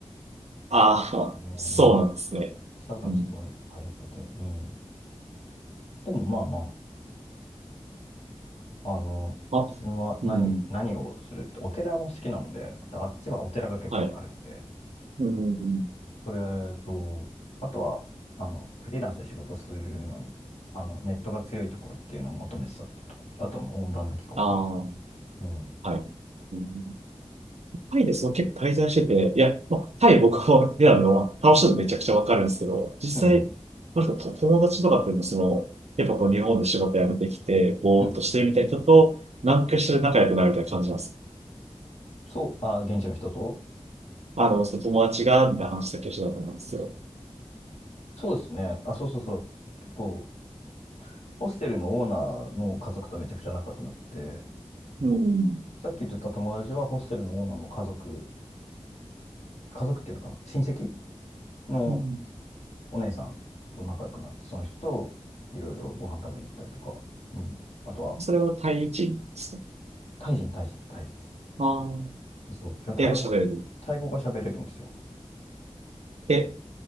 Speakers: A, on the right; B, on the left.
A: ああー、
B: ね、
A: そうなんですね。
B: うん。草がすごい流行ってて、
A: うん。
B: うん。でもまあまあ、あの、
A: あ、
B: 自分は何、
A: うん。
B: 何をするって、お寺も好きなので、で、あっちはお寺が結構いっぱいあるので、
A: はい。うん。
B: それと、あとは、あの、フリーランスで仕事するのに、あの、ネットが強いところっていうのを求めてたっていうところ、あと、まあ温暖な気候と。
A: ああ、
B: うん
A: はい。うんタイでその結構滞在してて、いや、まあ、タイ僕は出たのは楽しいのめちゃくちゃわかるんですけど、
B: うん、
A: 実際、
B: うん、うん。
A: なんかと友達とかっていうのはその、やっぱこう日本で仕事辞めてきて、ぼーっとしてるみたいな人と、
B: うん
A: 何かしら仲良くなるみたいな感じなんです。
B: そう、あ、現地の人と
A: あの、その友達が、みたいな話だけしてたと思うんですよ。
B: そうですね。あ、そうそうそう。結構、ホステルのオーナーの家族とめちゃくちゃ仲良くなって、
A: うん。
B: さっき言ってた友達はホステルのオーナーの家族、家族っていうのかな、親戚の
A: うん
B: お姉さんと仲良くなって、その人といろいろご飯食べに行ったりとか、うん。あとは、
A: それはタイ人ですか
B: タイ人、タイ人、タイ人です。
A: ああー、
B: そうそう。タイ語が、
A: 英語喋れる。
B: タイ語が喋れるんですよ。
A: え、